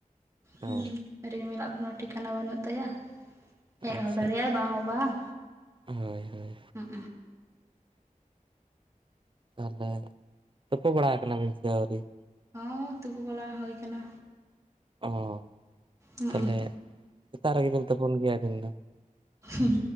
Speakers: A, on the right (about 20°); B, on the right (about 35°).
A: ᱦᱩᱸᱻ
B: ᱚ
A: ᱨᱤᱢᱤᱞᱟᱼᱜ ᱠᱚᱱᱚ ᱴᱷᱤᱠᱟᱹᱱ ᱵᱟᱹᱱᱩᱼᱜ ᱟᱱᱭᱟ ᱾ ᱦᱮᱡ
B: ᱟᱪᱪᱷᱟ
A: ᱦᱚᱸ ᱫᱟᱲᱮᱭᱟᱜ-ᱟ᱾
B: ᱟᱪᱪᱷᱟ
A: ᱵᱟᱝ ᱦᱚᱸ ᱵᱟᱝ,
B: ᱦᱳᱭ ᱦᱳᱭ
A: ᱦᱩᱸᱜ- ᱩᱸᱼᱼᱼ
B: ᱛᱟᱦᱚᱞᱮ ᱛᱩᱯᱩ ᱵᱟᱲᱟᱣ ᱠᱟᱱᱟ ᱵᱤᱱ ᱥᱮ ᱟᱹᱣᱨᱤᱭᱟ?
A: ᱦᱚᱸᱻ ᱛᱩᱯᱩ ᱵᱟᱞᱟ ᱦᱩᱭ ᱠᱟᱱᱟ᱾
B: ᱚᱸᱻ
A: ᱦᱩᱸ
B: ᱛᱟᱦᱚᱞᱮ ᱥᱮᱛᱟᱼᱜ ᱨᱮᱼᱜᱮ ᱵᱮᱱ ᱛᱩᱯᱩᱱ ᱜᱮᱭᱟ, ᱟᱹᱵᱤᱱ ᱫᱚ?
A: ᱦᱩᱸᱻ